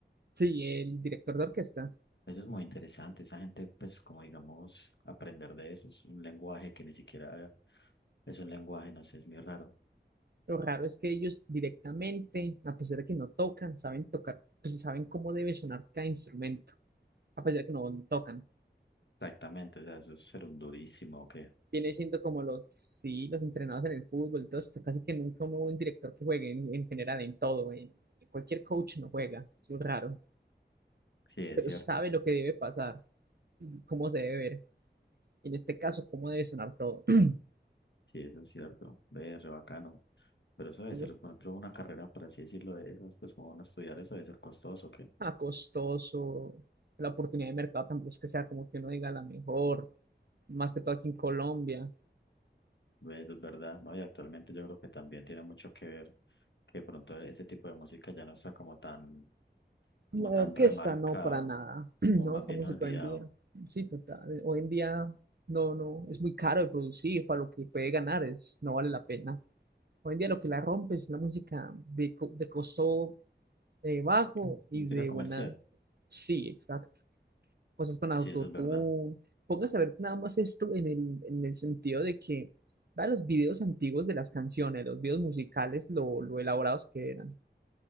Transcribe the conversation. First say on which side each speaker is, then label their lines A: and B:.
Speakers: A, on the right; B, on the left.
A: Sí, el director de orquesta.
B: Eso es muy interesante. Esa gente, pues, como digamos, aprender de eso es un lenguaje que ni siquiera es un lenguaje, no sé, es muy raro.
A: Lo raro es que ellos directamente, a pesar de que no tocan, saben tocar, pues saben cómo debe sonar cada instrumento, a pesar de que no tocan.
B: Exactamente, o sea, eso es ser un durísimo, ¿o qué?
A: Viene siendo como los, sí, los entrenados en el fútbol, entonces casi que nunca hubo un director que juegue en, en general, en todo, en- cualquier coach no juega, es muy raro.
B: Sí, es
A: pero
B: cierto.
A: sabe lo que debe pasar, y cómo se debe ver, en este caso, cómo debe sonar todo. <clears throat>
B: Sí, eso es cierto. Ve, re bacano. Pero eso debe
A: Yo,
B: ser, por ejemplo, una carrera, por así decirlo, de esas, pues, como uno estudiar eso debe ser costoso, ¿qué?
A: ah, costoso, la oportunidad de mercado tampoco es que sea como que uno diga la mejor, más que todo aquí en Colombia.
B: Ve, eso es verdad, ¿no? Y actualmente yo creo que también tiene mucho que ver que de pronto ese tipo de música ya no está como tan como
A: La
B: tan
A: orquesta
B: remarcado,
A: no, para nada, <clears throat>
B: como
A: no,
B: más
A: esa
B: bien
A: música
B: olvidado.
A: hoy en día, sí, total, hoy en día no, no, es muy caro de producir, para lo que puede ganar es, no vale la pena. Hoy en día lo que la rompe es la música de, co- de costo eh, bajo
B: Mm.
A: y
B: Música
A: de
B: comercial,
A: buena, sí, exacto. cosas con
B: sí,
A: autotune.
B: eso es verdad.
A: Póngase a ver nada más esto en el, en el sentido de que, vea los videos antiguos de las canciones, los videos musicales, lo, lo elaborados que eran.